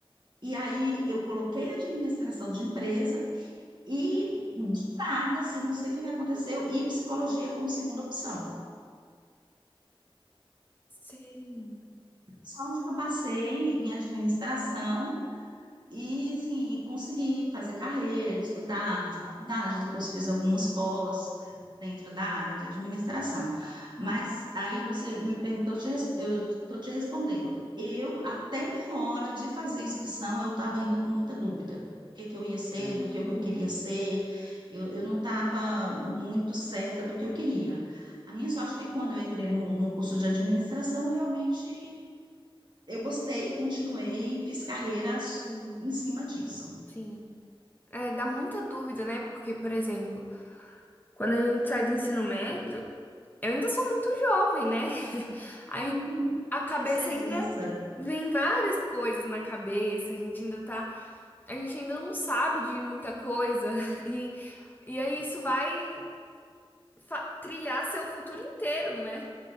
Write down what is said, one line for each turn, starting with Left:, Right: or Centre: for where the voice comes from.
Right: E aí eu
Left: Hum,
Right: coloquei administração de empresa E de nada, assim, não sei o que que aconteceu, e psicologia como segunda opção.
Left: Sei.
Right: Só onde que eu passei em administração, E, sim, consegui fazer carreira, estudar, fazer faculdade, depois fiz algumas pós eh, dentro da área de administração. Mas aí você me perguntou, eu te res- eu estou te respondendo. Eu, até na hora de fazer a inscrição, eu estava ainda com muita dúvida do que que eu ia ser,
Left: Hum,
Right: do que que eu queria ser. Eu, eu não estava muito certa do que eu queria. A minha sorte é que quando eu entrei no, no curso de administração, realmente eu gostei, continuei, fiz carreiras
Left: sim,
Right: em cima disso.
Left: sim. É, dá muita dúvida, né? Porque, por exemplo, quando a gente sai do ensino médio, eu ainda sou muito jovem, né? <laughs> Aí
Right: Sim,
Left: a cabeça
Right: eu sei
Left: ainda
Right: disso.
Left: vem várias coisas na cabeça, a gente ainda tá, a gente ainda não sabe de muita coisa <laughs> e e aí isso vai fa- trilhar seu futuro inteiro, né?